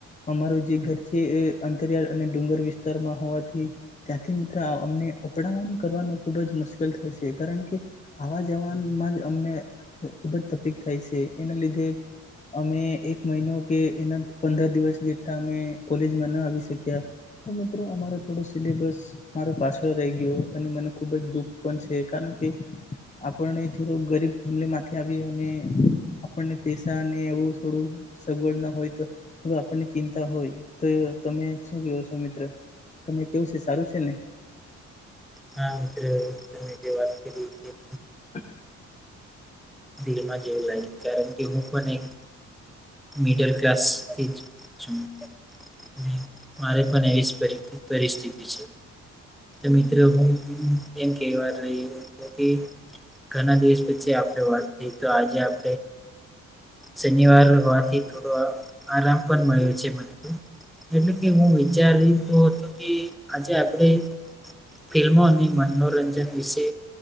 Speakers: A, on the left; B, in the centre.
A: અમારું જે ઘર છે એ અંતરિયાળ અને ડુંગર વિસ્તારમાં હોવાથી ત્યાંથી મિત્રો અમને અપડવન કરવાનું ખુબ જ મુશ્કેલ થાય છે કારણ કે આવા જવામાં જ અમને ખુબ જ તકલીફ થાય છે એના લીધે અમે એક મહિનો કે એના પંદર દિવસ જેટલા અમે કોલેજમાં ના આવી શક્યા તો મિત્રો અમાર થોડું સિલેબસ મારો પાછળ રહી ગયો અને મને ખુબ જ દુઃખ પણ છે કારણ કે આપને થોડો ગરીબ ફેમિલી માંથી આવી અને આપણને પૈસા ને એવું થોડું સગવડ ના હોય તો આપણને ચિંતા હોય તો તમે શું કેવ તો મિત્ર તમે કેવું છે સારું છે ને
B: હા મિત્રો તમે જે વાત કરી હતી
A: <inaudible>
B: દિલમાં જેવું લાગ્યું કારણ કે હું પણ એક મિડલ ક્લાસથી છું. અને મારે પણ એવી જ પરિસ્થિતિ છે મિત્રો એમ કહેવા રહ્યો કે ઘણા દિવસ પછી વાતથી તો આજે આપ શનિવાર હોવાથી તો આરામ પણ મળ્યો છે મને તો એટલે કે હું વિચારીતો હતો કે આજે આપણે ફિલ્મો અને મનોરંજન વિશે